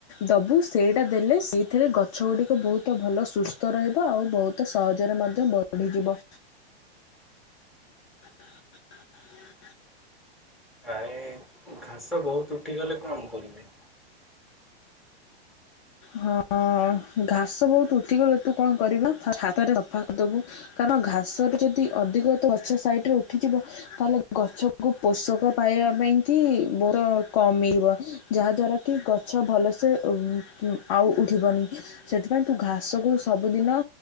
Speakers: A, on the left; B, in the centre.
A: ଦବୁ। ସେଇଟା ଦେଲେ ସେଇଥିରେ ଗଛ ଗୁଡ଼ିକ ବହୁତ ଭଲ ସୁସ୍ଥ ରହିବ ଆଉ ବହୁ ତ ସହଜରେ ମଧ୍ୟ ବଢିଯିବ। <inaudible>
B: ଆଏ ଘାସ ବହୁତୁ ଉଠିଗଲେ କଣ କରିବି?
A: ହଁ ଅ ଘାସ ବହୁତ୍ ଉଠିଗଲେ ତୁ କଣ କରିବା ହା ହାତରେ ସଫା କରିଦବୁ। କାରଣ ଘାସରେ ଯଦି ଅଧିକ ତ ପଛ ସାଇଟ୍ ରେ ଉଠିଯିବ ତାହେଲେ ଗଛକୁ ପୋଷକ ପାଇବା ପାଇଁ କି ବହୁତ କମିଇବ। ଯାହାଦ୍ୱାରା କି ଗଛ ଭଲସେ ଉ ଉ ଆଉ ଉଠିବନି ସେଥିପାଇଁ ତୁ ଘାସକୁ ସବୁଦିନ